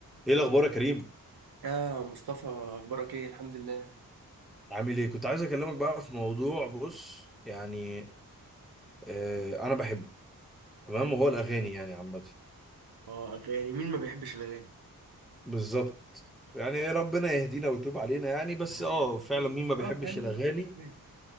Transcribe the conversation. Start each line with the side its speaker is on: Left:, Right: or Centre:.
Centre: ايه الاخبار يا كريم
Right: يا مصطفى اخبارك ايه الحمد لله
Centre: عامل ايه كنت عايز اكلمك بقى في موضوع بص يعني آه انا بحبه تمام
Right: يعني
Centre: وهو الاغاني
Right: إيه يا عم؟
Centre: يعني عامه
Right: اه اغاني مين ما بيحبش الاغاني
Centre: بالظبط يعني ربنا يهدينا ويتوب علينا يعني بس
Right: يعني
Centre: اه
Right: يا
Centre: فعلا
Right: رب
Centre: مين
Right: بس
Centre: ما بيحبش
Right: اه فاهم
Centre: الاغاني
Right: يعني.